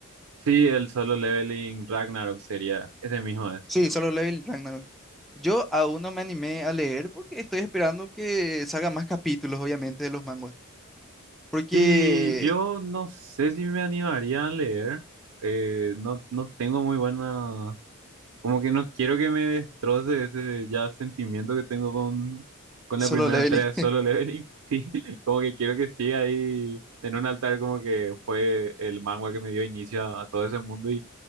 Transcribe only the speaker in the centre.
Sí, Solo Level Ragnarok. Yo aún no me animé a leer porque estoy esperando que salgan más capítulos, obviamente, de los manguas.
Porque
Sí,
Solo
yo Leveling.
<laughs>